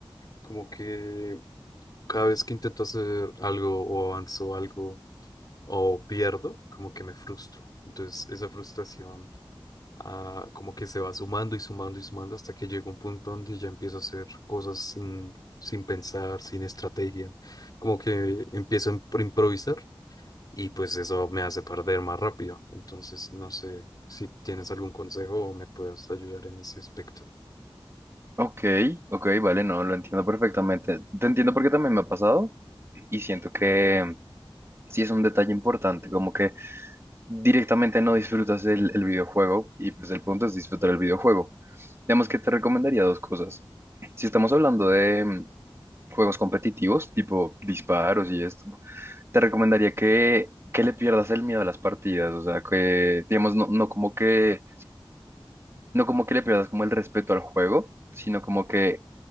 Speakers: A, on the left (about 45°); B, on the right (about 30°).
A: como que cada vez que intento hacer algo o avanzo algo o pierdo, como que me frustro. Entonces esa frustración ah, como que se va sumando y sumando y sumando hasta que llega un punto donde ya empiezo a hacer cosas sin, sin pensar, sin estrategia, como que empiezo a impro- improvisar y pues eso me hace perder más rápido. Entonces, no sé si tienes algún consejo o me puedes ayudar en ese aspecto.
B: Ok, ok, vale, no, lo entiendo perfectamente. Te entiendo porque también me ha pasado y siento que sí es un detalle importante, como que directamente no disfrutas el, el videojuego y pues el punto es disfrutar el videojuego. Digamos que te recomendaría dos cosas. Si estamos hablando de mm, juegos competitivos, tipo disparos y esto. Te recomendaría que, que le pierdas el miedo a las partidas, o sea, que, digamos, no, no como que, no como que le pierdas como el respeto al juego, sino como que